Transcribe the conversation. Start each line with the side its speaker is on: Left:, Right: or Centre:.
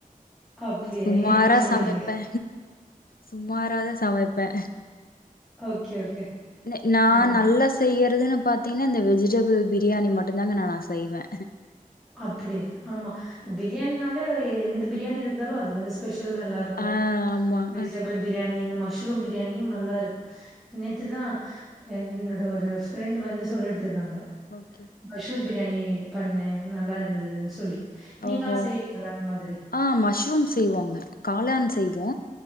Centre: அப்படியா?
Left: எதோ சுமாரா
Centre: ஏன் இப்படி சொல்றீங்க?
Left: சமைப்பே சுமாராதா சமைப்பே
Centre: ஓகே, ஓகே.
Left: நே நா
Centre: ம்.
Left: நல்லா ச செய்யறதுன்னு பாத்தீங்கன்னா இந்த வெஜிடபிள் பிரியாணி மட்டுந்தாங்க நா செய்வே
Centre: அப்டியா ஆமா
Left: ஆமா
Centre: பிரியாணினாலே அது எந்த பிரியாணி இருந்தாலு அது வந்து ஸ்பெஷல்தா எல்லாருக் கு
Left: ஆ ஆமா
Centre: வெஜிடபிள்
Left: ஆ
Centre: பிரியாணி இந்த மஷ்ரூம் பிரியாணியு நல்லா இருக்கு நேத்துதா என்னோட ஃப்ரெண்ட் வந்து சொல்லிட்டு இருந்தாங்க
Left: ஓகே
Centre: மஷ்ரூம் பிரியாணி பண்ணே நல்லா இருந்ததுன்னு சொல்லி நீங்களா
Left: ஓஹோ
Centre: செய்வீங்களா அந்த மாதிரி
Left: ஆ மஷ்ரூம் செய்வாங்க காளான் செய்வோ